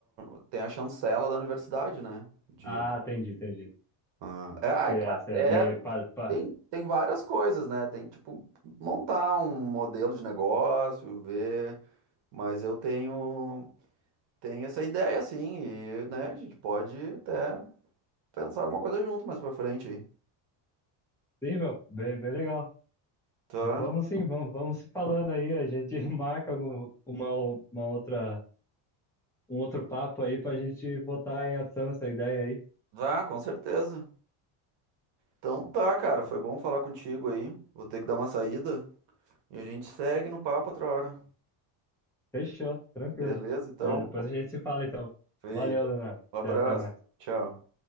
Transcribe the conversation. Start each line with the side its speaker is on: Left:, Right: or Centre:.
Right: a- tem a chancela da universidade, né? De,
Centre: ah, entendi, entendi.
Right: ah, é, ai,
Centre: Você
Right: cara,
Centre: é, você é
Right: é,
Centre: meio
Right: é,
Centre: pa, pa...
Right: tem, tem várias coisas, né? Tem que, tipo, montar um modelo de negócio, ver. Mas eu tenho, tenho essa ideia, assim, e, né, a gente pode até pensar alguma coisa junto mais pra frente aí.
Centre: Sim, meu, bem, bem legal.
Right: Tá?
Centre: Vamos sim, vamos, vamos se falando aí, a gente <laughs> marca algum, uma, uma outra, um outro papo aí pra gente botar em ação essa ideia aí.
Right: Tá, com certeza. Então tá, cara, foi bom falar contigo aí. Vou ter que dar uma saída e a gente segue no papo outra hora.
Centre: Fechou, tranquilo.
Right: Beleza, então?
Centre: É, depois a gente se fala então.
Right: Feito.
Centre: Valeu, Leonardo.
Right: Um abraço.
Centre: Até, até mais.
Right: Tchau.